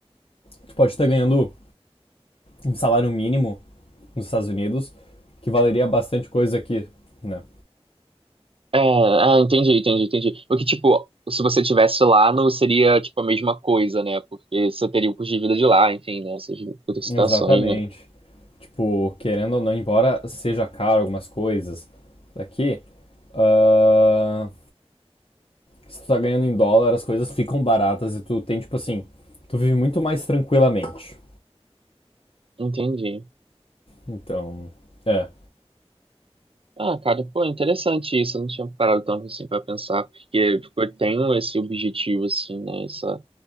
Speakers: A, on the left; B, on the right.
A: Tu pode estar ganhando um salário mínimo nos Estados Unidos que valeria bastante coisa aqui, né?
B: É, ah, entendi, entendi, entendi. Porque, tipo, se você tivesse lá, não seria, tipo, a mesma coisa, né? Porque você teria o custo de vida de lá, enfim, né? Essas outras
A: Exatamente.
B: situações, né?
A: Tipo, querendo ou não, embora seja caro algumas coisas daqui, ah, se tu tá ganhando em dólar, as coisas ficam baratas e tu tem, tipo assim, tu vive muito mais tranquilamente.
B: Entendi.
A: Então, é.
B: Ah, cara, pô, é interessante isso. Eu não tinha parado tanto assim pra pensar, porque tipo, eu tenho esse objetivo, assim, né? Essa,